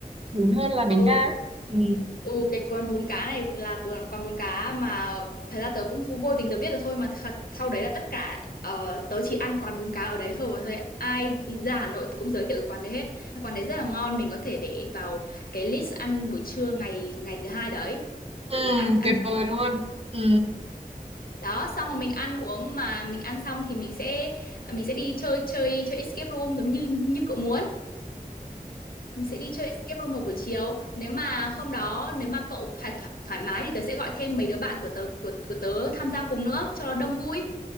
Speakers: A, on the right; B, on the left.
A: đúng hơn là bánh
B: ừ
A: đa ừ
B: ừ cái quán bún cá này là bu- quán bún cá mà thật ra tớ cũng vô, vô tình tớ biết được thôi mà thật, sau đấy là tất cả ờ, tớ chỉ ăn quán bún cá ở đấy thôi và thôi ai ra Hà Nội tớ cũng giới thiệu cái quán đấy hết Cái quán đấy rất là ngon mình có thể để vào cái list ăn buổi trưa ngày ngày thứ hai đấy
A: ừ
B: để mình ăn ăn
A: tuyệt
B: quán
A: vời luôn
B: đấy
A: ừ
B: đó xong rồi mình ăn uống mà mình ăn xong thì mình sẽ à, mình sẽ đi chơi chơi chơi escape room giống như như cậu muốn mình sẽ đi chơi escape room vào buổi chiều nếu mà hôm đó nếu mà cậu thoải thoải, thoải mái thì tớ sẽ gọi thêm mấy đứa bạn của tớ của của tớ tham gia cùng nữa cho nó đông vui